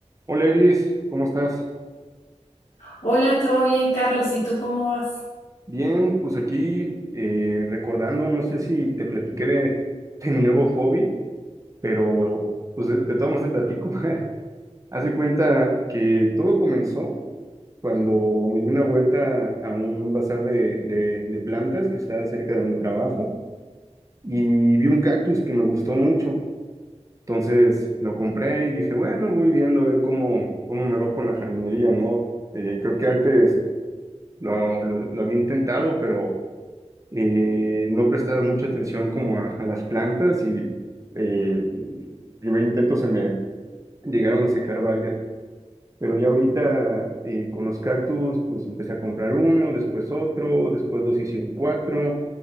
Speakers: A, on the right; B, on the left.
A: Hola Eglis, ¿cómo estás?
B: Hola, ¿todo bien, Carlos? ¿Y tú cómo vas?
A: Bien, pues aquí eh, recordando, no sé si te platiqué de, <laughs> de mi nuevo hobby, pero pues de, de todos modos te platico. <laughs> Haz de cuenta que todo comenzó cuando me di una vuelta a un bazar de, de, de plantas que está cerca de mi trabajo y vi un cactus que me gustó mucho. Entonces lo compré y dije, bueno, voy viendo a ver cómo, cómo me va con la jardinería, ¿no? Eh, creo que antes lo, lo lo había intentado, pero eh, no prestaba mucha atención como a, a las plantas y eh, primer intento se me llegaron a secar varias. Pero ya ahorita eh, con los cactus, pues empecé a comprar uno, después otro, después dos hicieron cuatro.